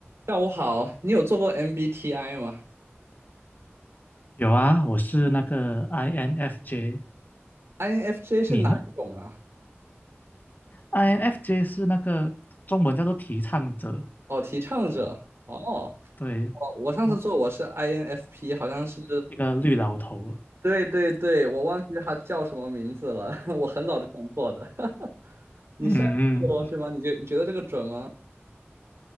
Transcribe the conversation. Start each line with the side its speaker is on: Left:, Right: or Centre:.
Right: 下午好，你有做过 MBTI 吗
Left: 有啊，我是那个 INFJ，
Right: ？INFJ 是哪一种啊？
Left: 你呢？INFJ 是那个中文叫做提倡者，
Right: 哦，提倡者。哦，
Left: 对，
Right: 我我上次做我是
Left: 我
Right: INFP，好像是，
Left: 一个绿老头，
Right: 对对对，我忘记它叫什么名字了。<laughs> 我很早之前做的。<laughs> 你现在做这个东西吗？
Left: 嗯，
Right: 你觉你觉得这个准吗？